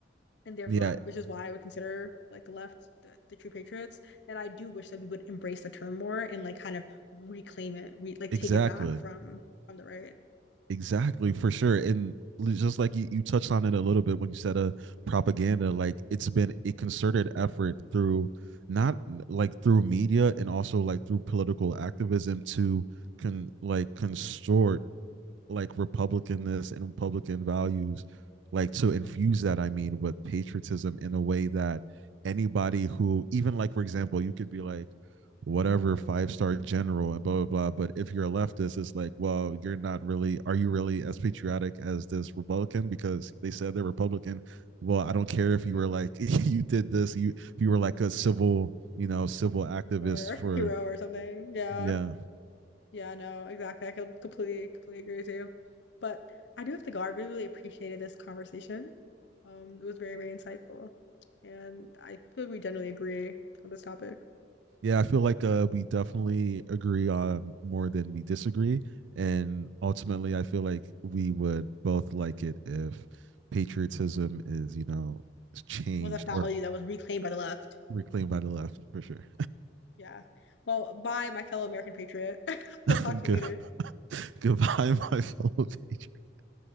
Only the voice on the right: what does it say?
Yeah,
exactly.
Exactly, for sure. And li- just like you, you touched on it a little bit when you said uh, propaganda, like it's been a concerted effort through not n- like through media and also like through political activism to con like constort like republicanness and republican values like to infuse that i mean with patriotism in a way that anybody who even like for example you could be like whatever five star general and blah blah blah but if you're a leftist it's like well you're not really are you really as patriotic as this republican because they said they're republican well i don't care if
you were like <laughs> you did this you if you were like a civil you know civil activist
for
yeah
yeah, I feel like uh, we definitely agree on more than we disagree, and ultimately, I feel like we would both like it if patriotism is, you know, changed
or
reclaimed by the left for sure.
<laughs>
Good,
<laughs> goodbye, my fellow patriots.